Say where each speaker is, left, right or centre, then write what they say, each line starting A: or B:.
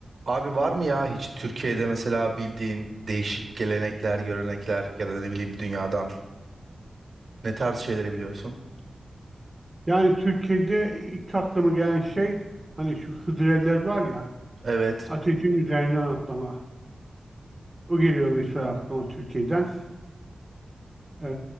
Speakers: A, on the right (about 60°); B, on the right (about 20°).
A: Abi var mı ya hiç Türkiye'de mesela bildiğin değişik gelenekler, görenekler ya da ne bileyim dünyadan ne tarz şeyleri biliyorsun?
B: Yani Türkiye'de ilk aklıma gelen şey hani şu hıdrellez var ya
A: Evet.
B: ateşin üzerinden atlama. O geliyor mesela aklıma Türkiye'den. Ee,